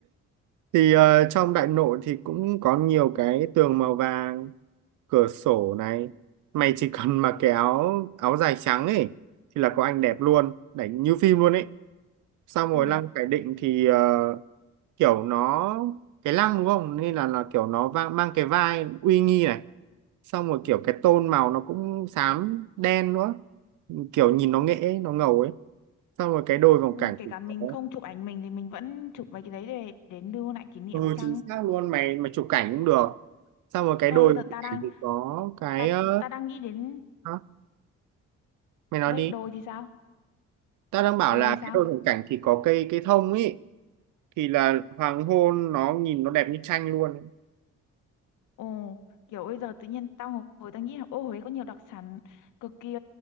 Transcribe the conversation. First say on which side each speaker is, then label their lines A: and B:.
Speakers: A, on the right; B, on the left.
A: thì ờ, trong Đại Nội thì cũng có nhiều cái tường màu vàng cửa sổ này mày chỉ cần mà cái áo áo dài trắng ấy thì là có ảnh đẹp luôn đánh như phim luôn ấy xong rồi
B: Ừ,
A: lăng Khải Định thì ờ, kiểu nó cái lăng đúng không nên là là kiểu nó va- mang cái vai uy nghi này xong rồi kiểu cái tôn màu nó cũng xám đen nữa kiểu nhìn nó nghệ nó ngầu ấy xong rồi cái đôi vòng
B: ừ,
A: cảnh
B: kể
A: thì
B: cả mình
A: có
B: không chụp ảnh mình thì mình vẫn chụp mấy cái đấy để để lưu lại kỷ niệm
A: ừ
B: chăng?
A: chính xác luôn mày mà chụp cảnh cũng được xong rồi cái
B: Thôi
A: đôi
B: bây giờ
A: vòng
B: ta
A: cảnh
B: đang
A: thì có cái
B: ta
A: ờ,
B: ta đang nghĩ đến
A: hả? mày nói
B: đây
A: đi
B: đồi thì sao?
A: tao đang bảo
B: Đồi
A: là
B: thì
A: cái
B: sao?
A: đôi vòng cảnh thì có cây cây thông ấy thì là hoàng hôn nó nhìn nó đẹp như tranh luôn
B: Ồ, kiểu bây giờ tự nhiên tao ngồi, ngồi tao nghĩ là ô Huế có nhiều đặc sản cực kỳ